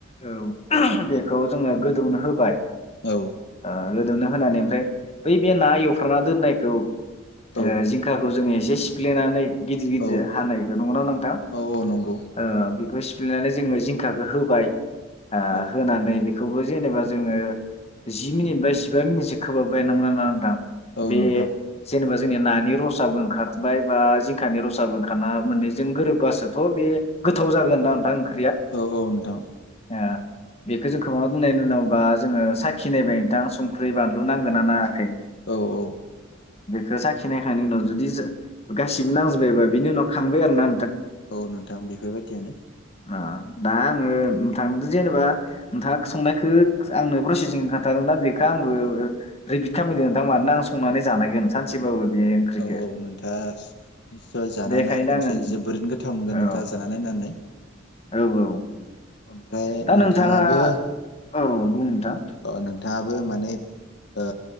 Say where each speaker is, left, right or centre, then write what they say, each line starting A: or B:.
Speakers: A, on the left; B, on the left.
A: औ ओहा बेखौ जोङो गोदौनो होबाय
B: औ
A: ओ गोदौनो होनानै ओमफ्राय बै बे ना एवफ्रामना दोननायखौ ओ
B: औ
A: जिंखाखौ जोङो एसे सिफ्लेनानै गिदिर गिदिर
B: औ
A: हानायखौ नंगोना नोंथां
B: औ औ नंगौ
A: ओ बे खौ सिफ्लेनानै जोङो जिंखाखौ होबाय आ
B: औ
A: होनानै बे खौबो जेनेबा जोङो जि मिनिट बा जिबा मिनिटसो खोबहाबबाय नोंगौना नङा नोंथां?
B: औ
A: बे
B: नोंथां
A: जेनेबा जोंनिया नानि रसाबो ओंखारबाय बा जिंखानि रसाबो ओंखारना मोननैजों गोरोबबासोथ' बे गोथाव जागोन ना नोंथां ओं
B: औ औ नोंथां
A: आ बेखौ जों खोबहाबना दोननायनि उनाव बा जोङो साखि नायबाय नोंथां संख्रि बानलु नांगोना नाङा
B: औ औ
A: खो साखिनायखांनायनि उनाव जुदि जा गासिबो नांजोब्बायबा बिनि उनाव खांबाय आरो ना
B: औ नोंथां बेफोरबायदियानो
A: अ दा आङो नोंथांदो' जेनेबा नोंथाङा संनायखो आंनो प्रसेसिं खोनथागोनबा बेखौ आंबो रिफिद खामफिनगोन ओनथां मानोना आं संनानै जानायगोन सानसेबाबो बे ओंख्रिखौ
B: औ औ नोंथाङा निस्सय जाना
A: बेखायनो
B: नाय खनसे
A: आङो
B: जोबोरैनो गोथाव मोनगोन
A: औ
B: नोंथाङा जाना नायनानै
A: औ औ
B: ओमफाय
A: दा
B: नोंथाङाबो
A: नोंथाङा औ बुं नोंथां
B: अ नोंथाङाबो माने ओ